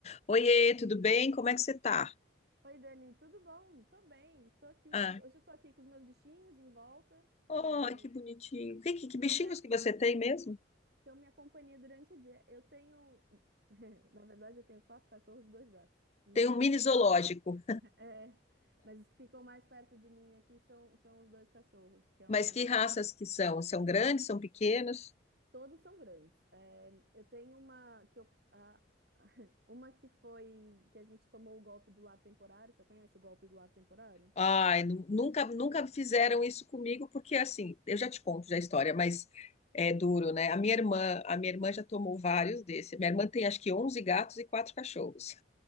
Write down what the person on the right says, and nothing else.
Oi, Dani, tudo bom? Tô bem, tô aqui.
Hoje, hoje eu tô aqui com os meus bichinhos em volta,
que é-
são
minha,
são minha companhia durante o dia. Eu tenho, <laughs> na verdade, eu tenho quatro cachorros e dois gatos, mas
os que,
<laughs> é, mas os que ficam mais perto de mim aqui são, são os dois cachorros, que é
um.
Todos são grandes. É, eu tenho uma que eu, a- <laughs> uma que foi que a gente tomou o golpe do lar temporário. Você conhece o golpe do lar temporário?